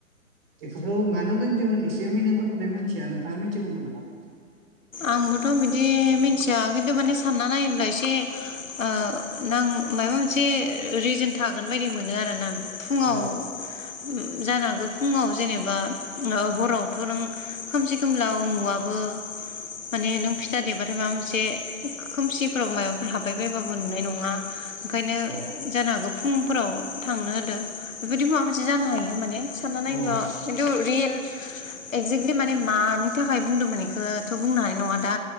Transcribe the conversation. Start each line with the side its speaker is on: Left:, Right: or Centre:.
Right: इफोरखौ मानो बोनदोंमोन एसे मिनिंफोरखौलाय मोन थिया नोंथाङा मिथिगौमोन नामा?
Left: आंबोथ' बिदि मिथिया खिन्थु माने सानना नायोब्ला एसे ओ नां मायबा मोनसे रिजोन थागोन बायदि मोनो आरोना आं। फुङाव
Right: औ
Left: उम। जानो हागौ फुङाव जेनेबा ओ हरावथ' नों खोमसि खोमलाव नुवाबो। माने नों फिथा देबाथाय माबा मोनसे खोमसिफोराव माबाफोर हाबबाय बायबाबो नुनाय नङा। ओंखायनो
Right: औ
Left: जानो हागौ फुं फोराव थांनो होदो बेबायदि माबा मोनसे जानो हायो माने सानना नायोब्ला
Right: औ
Left: खिन्थु रियेल एक्जेक्टलि माने मानि थाखाय बुंदोंमोन एखो थ' बुंनो हानाय नङा दा।